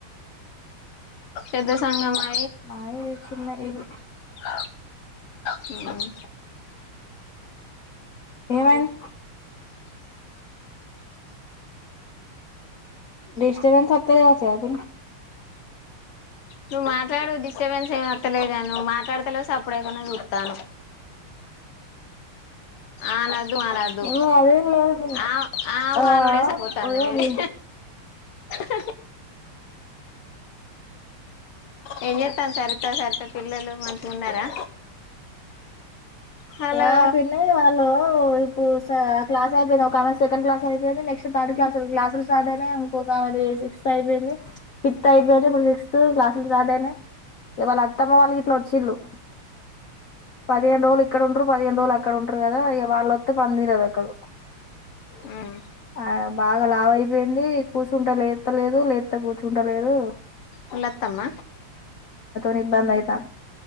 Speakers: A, on the left; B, on the left.
A: ఏదొ సంగమా
B: మాయి చిన్న ఇది
A: అ హుమ్
B: ఏమైంది డిస్టబెన్స్ వత్తలేద స్వాతి
A: నువ్వు మాట్లాడు డిస్టర్బెన్స్ ఏమర్లేదు కా నువ్వు మాట్లాడతలే స అప్పుడేకు చూడతాను అనదు ఆనదు
B: ఆ అదేం లేదు పిన్ని
A: ఆ ఆవు
B: ఆ
A: అనోడసపోతాంద
B: ఉదయం
A: నది హ్ ఏం చేత్తాంది సరిత సరిత పిల్లలు మంచిగా ఉన్నారా హలో
B: య పిన్ని వాళ్ళ ఇప్పుడు క్లాస్ అయిపోయింది ఒక ఆ సెకండ్ క్లాస్ అయిపోయింది నెక్స్ట్ థర్డ్ క్లాస్ క్లాసులు స్టార్ట్ అయినాయి ఇంకొక ఆది సిక్స్త్ అయిపోయింది ఫిఫ్త్ అయిపోయింది ఇప్పుడు సిక్స్త్ క్లాసులు స్టార్ట్ అయినాయి వాళ్ళ అత్తమ్మ వాళ్ళకి ఇట్లా వచ్చిళు పదిహేను రోజులు ఇక్కడ ఉంట్రరు పదిహేను రోజులు అక్కడ ఉంటరు కదా ఇగ వాళ్ళొత్తే పంపిలేదు ఒకరు
A: ఉమ్
B: ఆ బాగా లావ అయిపోయింది కూర్చుంటా లేస్తలేదు లేస్త కూర్చుంట లేదు
A: హలొ అత్తమ్మ
B: నిబందద్దా